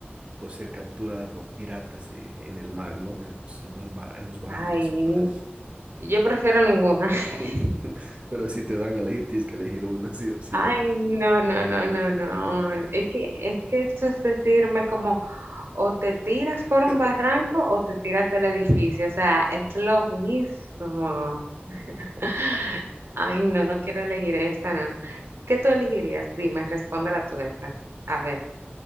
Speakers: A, on the right; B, on the right.
A: o ser capturada por piratas en, en el mar, ¿no? En los, en los, ba- en los barcos
B: Ay,
A: y todo
B: n-
A: eso.
B: yo prefiero ninguna. <laughs>
A: <laughs> Pero si te dan a elegir, tienes que elegir una, sí o sí.
B: Ay,
A: de-
B: no, no, no, no, no. Es que, es que eso es decirme como o te tiras
A: <laughs>
B: por un barranco o te tiras del edificio. O sea, es lo mismo. <laughs> Ay, no, no quiero elegir esta, no. ¿Qué tú elegirías? Dime, respóndela tú esta. A ver,